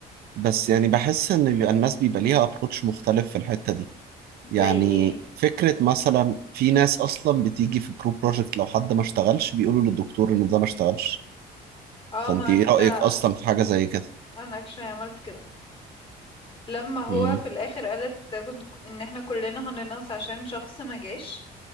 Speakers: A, on the right (about 65°); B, on the left (about 30°).
A: بس يعني بحس ان بيبقى الناس بيبقى ليها ابروتش مختلف في الحته دي
B: زي
A: يعني
B: ايه
A: فكرة مثلا في ناس أصلا بتيجي في الجروب بروجكت لو حد ما اشتغلش بيقولوا للدكتور إن ده ما اشتغلش
B: اه
A: فأنت
B: ما
A: إيه رأيك
B: ده
A: أصلا في حاجة زي كده؟
B: انا اكشن عملت كده لما هو
A: مم.
B: في الاخر قالت كنت ان احنا كلنا هننقص عشان شخص ما جاش